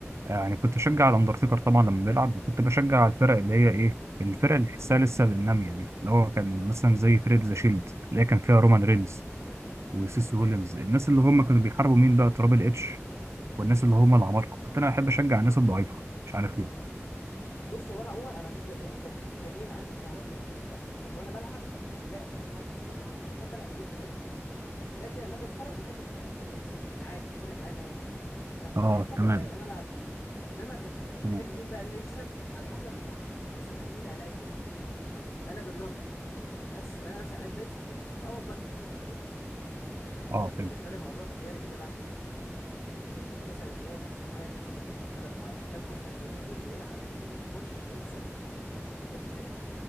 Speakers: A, on the right (about 65°); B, on the left (about 65°).
A: آه، يعني كنت بشجع الأندرتيكر طبعا لما بيلعب وكنت بشجع الفرق اللي هي إيه الفرق اللي تحسها لسه نامية دي اللي هو كان مثلا زي فريق ذا شيلد اللي هي كان فيها رومان رينز وسيس
B: امم
A: ويليامز الناس اللي هم كانوا بيحاربوا مين بقى ترابل اتش والناس اللي هم العمالقه كنت انا احب اشجع الناس الضعيفه مش عارف ليه
B: بص هو انا عموما انا كنت ب... كان في اتجاهين عندي في موضوع التشجيع ده انا كنت وانا بلعب اللعبه بتاعه المصارعه كنت احب العب جولدبرج لكن لما اجي اتفرج ما احبش اخليه يكسب يعني عادي مش فارق معايا ان هو يكسب انا كنت
A: اه
B: بحبه ك...
A: تمام
B: ك- ان انا العب بيه انما كنت احب
A: مم.
B: مين بقى ان انا يكسب على حسب الماتش يعني مثلا اشوف مين اللي هيلاعب مين انا بالنظر احس ان انا مثلا عايز ده يكسب فيكسب اه والله كنت بفكر كده يعني
A: اه
B: كان
A: فهمت
B: بالنسبه لي الموضوع اختياري كده بحت ما كانش فيه مثلا ان هو شخص معين مثلا انا ببقى محتاجه مثلا ينزل ويلعب ويخش ويكسب ما كانش كده